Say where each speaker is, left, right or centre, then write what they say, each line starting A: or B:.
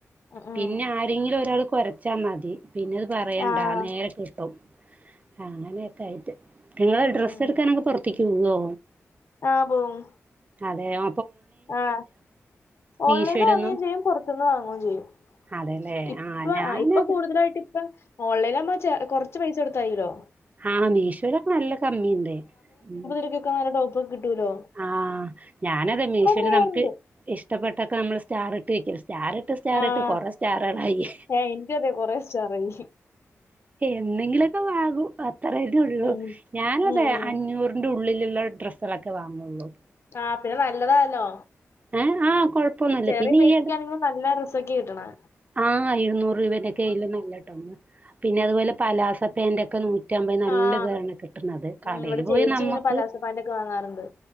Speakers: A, on the left; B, on the right.
A: ഉം ഉം
B: പിന്നെ ആരെങ്കിലും ഒരാൾ കൊരച്ചാ മതി. പിന്നെത് പറയണ്ടാ
A: ആഹ്
B: നേരെ കിട്ടും അങ്ങനെ ക്കായിട്ട്, നിങ്ങള്
A: ഉം
B: ഡ്രസ്സ്
A: ഉം
B: എടുക്കാനൊക്കെ പുറത്തേക്കോവ്വോ?
A: ആഹ് പോവും.
B: അതെയോ.
A: ആഹ്, ഓൺലൈന്ന്
B: മീഷോയിലൊന്നും
A: വാൻങ്ങേചെയ്യും, പൊർത് ന്ന് വാങ്ങും ചെയ്യും.
B: അതെല്ലേ
A: ഇപ്പൊ
B: ഞാനത്
A: ആഹ് ഇപ്പൊ കൂടുതലായിട്ട് ഇപ്പ ഓൺലൈലാവുമ്പോ ചേ കൊർച്ച് പൈസ കൊടുത്തായീല്ലോ.
B: ആഹ് മീശോലൊക്കെ നല്ല കമ്മിണ്ട് മ്മ്ഹ്.
A: <unintelligible> ടോപ്പ് കിട്ടോല്ലോ.
B: ആഹ്, ഞാനതെന്നേ മീഷോൽ
A: ചെയ്യാറുണ്ട്
B: നമുക്ക് ഇഷ്ടപ്പെട്ടൊക്കെ നമ്മള് സ്റ്റാർ ഇട്ട് വെക് സ്റ്റാർ എട്ട് സ്റ്റാറിട്ട്
A: ആഹ്
B: കൊറെ സ്റ്റാറ്ളായി.
A: ഏഹ് എനിക്കും അതെ കൊറേ സ്റ്റാറായി.
B: എന്തെങ്കിലൊക്കെ വാങ്ങു അത്രക്കെ ഉള്ളൂ
A: ഉം
B: ഞാനതെ
A: ഉം ഉം
B: അഞ്ഞൂറ് അയ്ന്റു ഉള്ളില്ള്ള ഡ്രസ്സുകളൊക്കെ വാങ്ങൊള്ളൂ.
A: ആഹ് പിന്നെ നല്ലതാല്ലോ,
B: ഏഹ് ആഹ് കൊഴപ്പൊന്നുല്ല
A: ചെറിയേ
B: പിന്നെ
A: പൈസക്കാണെങ്കിലും
B: ഈ ഇട
A: നല്ല റസ്സൊക്കി കിട്ട്ണെ.
B: ആഹ് ഇരുന്നൂറ് രൂപന്റെ കയ്യിൽ ഒന്നും ഇല്ലാട്ടോ പിന്നെയതു പോലെ പലാസ പാന്റൊക്കെ നൂ നൂറ്റമ്പത് നല്ല
A: ആഹ്
B: താണ് കിട്ട്ണത്
A: ഉം
B: കടേല്
A: ഇവിടെ ചേച്ചി
B: പോയി നമ്മെക്ക്
A: ഇങ്ങനെ പലാസോ പാന്റൊക്കെ വാങ്ങാറുണ്ട്.